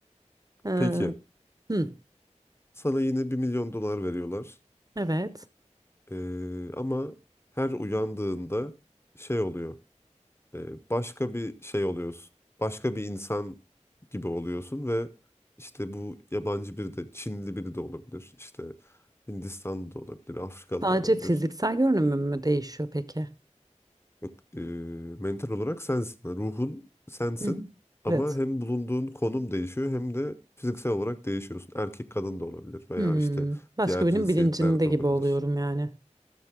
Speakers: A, on the right; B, on the left.
A: Ee,
B: Peki.
A: Hı,
B: Sana yine bir milyon dolar veriyorlar.
A: evet.
B: E, ama her uyandığında şey oluyor. e, başka bir şey oluyorsun. Başka bir insan gibi oluyorsun ve işte bu yabancı biri de Çinli biri de olabilir. İşte Hindistanlı da olabilir, Afrikalı
A: Sadece
B: da olabilir.
A: fiziksel görünümü mü değişiyor peki?
B: Yok, e, mental olarak sensin. Yani Ruhun sensin
A: Hı hı.
B: ama
A: Evet.
B: hem bulunduğun konum değişiyor hem de fiziksel olarak değişiyorsun. Erkek kadın da olabilir veya
A: Hmm,
B: işte
A: başka
B: diğer
A: birinin
B: cinsiyetler
A: bilincinde
B: de
A: gibi
B: olabilir.
A: oluyorum yani.